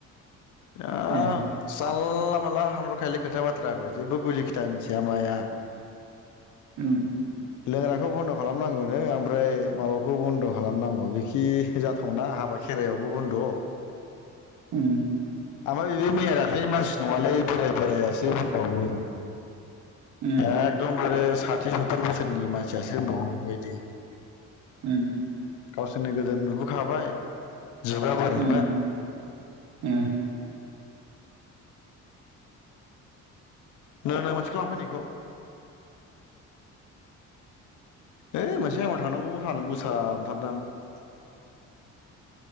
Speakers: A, on the left; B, on the right.
A: आ
B: ए
A: जालला। माला हामर'खायल खोथा बाथ्रा आखौ जेबो गुदि खोथा मिथिया माया।
B: उम।
A: लोंग्राखौ बन्द' खालामनांगौनो ओमफ्राय माबाखौ बन्द' खालामनांगौ बिखि जाथावना हाबा खेराइायावबो बन्द'
B: उम उम
A: आमा बेबो मैया दाख्ललि मानसि नङालाय बोराय बोरायासै होनबावो
B: उम
A: एकदमबारे। साथि सतुर बोसोरनि मानसियासो होनबावो बेबायदि।
B: ओम।
A: गावसोरनो गोदो नुबोखाबाय। जुगा बोरैमोन।
B: उम उम
A: नो नो मोनसेखौ लांफै नै बेखौ। ओइ मोनसे आमाव थांनांगौ सानांगौसा मोनथारदां। <unintelligible>